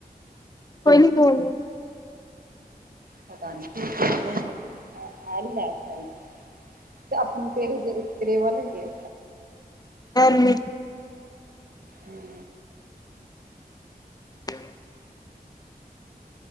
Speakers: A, on the left (about 25°); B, on the right (about 65°).
A: ਕੋਈ ਨੀ ਖੋਲ ਲੋ।
B: ਪਤਾ ਨੀ ਐਲ ਹ ਸਾਇਜ <inaudible> ਤੇ ਆਪਣੇ ਤੇਰੇ -ਤੇਰੇ ਵੱਲ ਹੋ ਗਏ।
A: ਐਮੀ
B: ਹੂੰ
A: <inaudible>